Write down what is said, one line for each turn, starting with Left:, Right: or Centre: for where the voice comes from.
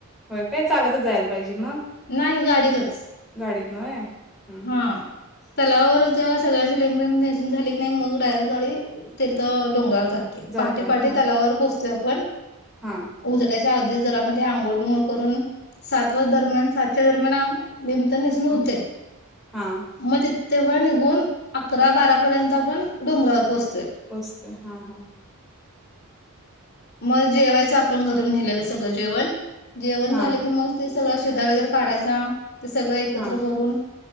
Centre: होय काय चालत जायला पाहिजे मग
Left: नाही गाडीनच
Centre: गाडीत होय हम्म
Left: हा.
Centre: हम्म
Left: तलावावर जेव्हा सगळ्यांची लिंब बिंब नेसून झाले की नाही मग डायरेक्ट गाडी तेथं डोंगरावर जाते
Centre: जात्या
Left: पहाटे पहाटे
Centre: हा
Left: तलावावर पोहचते. पण
Centre: हा
Left: उजडायच आधीच जरामध्ये आंघोळ बिघोळ करून सातव दरम्यान सातच्या दरम्यान लिंब तेन नेसुण होते.
Centre: हा हा
Left: मग तिथ तेव्हा निघून अकरा बारा पर्यंत आपण डोंगरावर पोहोचतो
Centre: बस्ते हा हा
Left: मग जेवायचं आपण घरून नेलेलं सगळं जेवण जेवण
Centre: हा
Left: झाले क मग ते'--' सगळा शिदा वगैरे काढायचा ते सगळं एकत्र
Centre: हा
Left: करून'--'